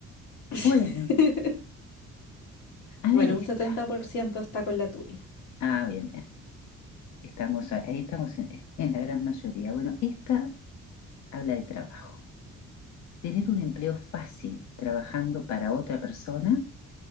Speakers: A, on the left; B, on the left.
A: <laughs>
B: Bueno, a
A: Bueno,
B: ver esta.
A: un 70% está con la tuya.
B: Ah, bien, bien. Estamos ahí, ahí estamos en, en la gran mayoría. Bueno, esta habla de trabajo. Tener un empleo fácil trabajando para otra persona